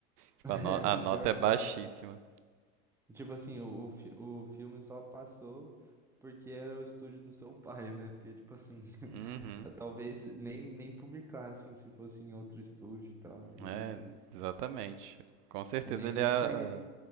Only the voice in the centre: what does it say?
<laughs>
É,
o
pior
filme.
Tipo assim, o, o, fi- o filme só passou porque era o estúdio do seu pai, né? Porque, tipo assim,
<laughs> talvez nem, nem publicar, assim, se fosse em outro estúdio e tal, assim,
nem,
nem,
nem
preguei.